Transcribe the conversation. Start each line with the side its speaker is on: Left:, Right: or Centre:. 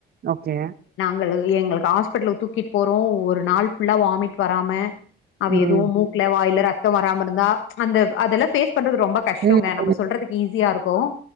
Right: ஓகே
Left: எங்களுக்கு ஹாஸ்பிடல தூக்கிட்டு போறோம் ஒரு நாள் புல்லா வாமிட் வராம அவ
Right: ம்
Left: எதுவும் மூக்குல வாய்ல ரத் வராம இருந்தா அந்த அதெல்ல பேஸ் ரொம்ப கஷ்டங்க
Right: ம் கண்டிப்பா
Left: நம்ம சொல்றதுக்கு ஈஸியா இருக்கும்